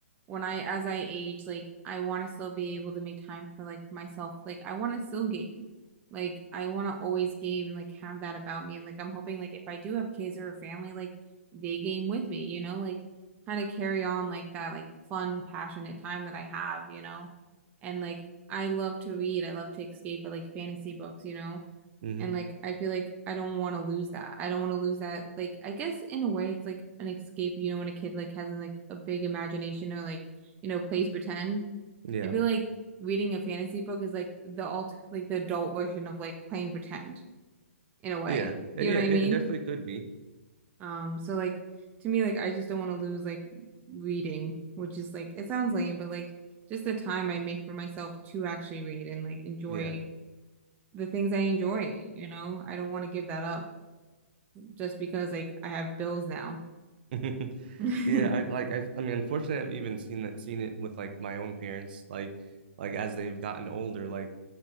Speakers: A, on the right (about 20°); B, on the right (about 45°).
A: when I as I age, like I want to still be able to make time for like myself. Like I want to still game. Like I want to always game and like have that about me. And like I'm hoping like if I do have kids or a family, like they game with me, you know, like kind of carry on like that like fun, passionate time that I have, you know. And like I love to read. I love to escape. I like fantasy books, you know.
B: hmm
A: And like I feel like I don't want to lose that. I don't want to lose that. Like I guess in a way it's like an escape, you know, when a kid like has like a big imagination or like, you know, plays pretend.
B: Yeah.
A: I feel like reading a fantasy book is like the alt like the adult version of like playing pretend in a way.
B: Yeah. Eh,
A: You
B: Yeah.
A: know what
B: It
A: I mean?
B: it definitely could be.
A: Um, so like to me, like I just don't want to lose like reading, which is like it sounds lame, but like just the time I make for myself to actually read and like enjoy
B: Yeah.
A: the things I enjoy, you know? I don't want to give that up. just because like I have bills now.
B: <laughs>
A: <laughs>
B: Yeah. I like, I've, I mean, unfortunately, I've even seen that, seen it with like my own parents, like, like as they've gotten older, like